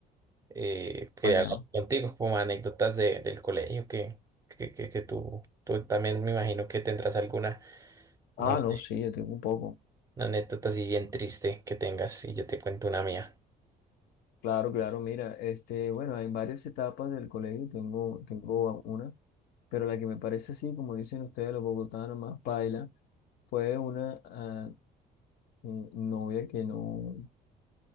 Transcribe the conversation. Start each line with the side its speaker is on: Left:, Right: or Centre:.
Right: eh, quería
Left: Bacano.
Right: hablar contigo como anécdotas de, del colegio que, que, que, que tú, tú también me imagino que tendrás alguna,
Left: Ah,
Right: no sé,
Left: no, sí, yo tengo un poco.
Right: una anécdota así bien triste que tengas y yo te cuento una mía.
Left: Claro, claro, mira, este, bueno, hay varias etapas del colegio, tengo, tengo a- una, pero la que me parece así, como dicen ustedes los bogotanos, más paila, fue una ah, mm, novia que no,